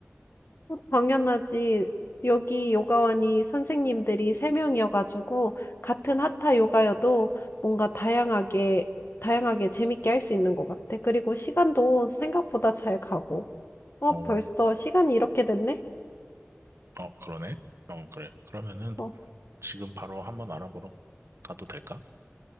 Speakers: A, on the left; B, on the right.
A: 당연하지. 여기 요가원이 선생님들이 3명이어가지고 같은 하타 요가여도 뭔가 다양하게, 다양하게 재밌게 할 수 있는 것 같아. 그리고 시간도 생각보다 잘 가고. 어,
B: 어,
A: 벌써 시간이 이렇게 됐네?
B: 어, 그러네. 어, 그래. 그러면은
A: 어.
B: 지금 바로 한번 알아보러 가도 될까?